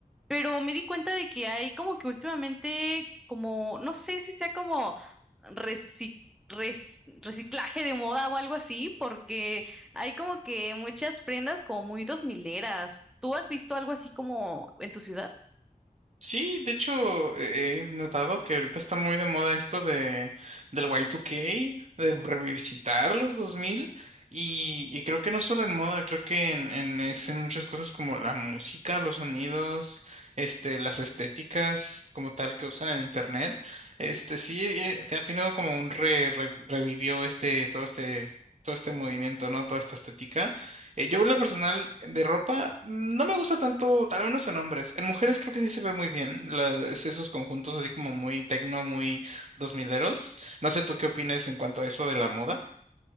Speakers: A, in the centre; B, on the right.
A: pero me di cuenta de que hay como que últimamente como, no sé si sea como reci- res- reciclaje de moda o algo así, porque hay como que muchas prendas como muy dos mileras. ¿Tú has visto algo así como en tu ciudad?
B: Sí, de hecho, eh, he notado que ahorita está muy de moda esto de del Y2K, de revisitar los 2000 y, y creo que no solo en moda, creo que en, en, es en muchas cosas como la música, los sonidos, este, las estéticas como tal que usan en internet. Este, sí, eh, te ha tenido como un re, re- revivió este, todo este, todo este movimiento, ¿no? Toda esta estética. Eh, yo en lo personal de ropa mm, no me gusta tanto, al menos en hombres. En mujeres creo que sí se ve muy bien la- es esos conjuntos así como muy tecno, muy dos mileros. No sé tú qué opinas en cuanto a eso de la moda.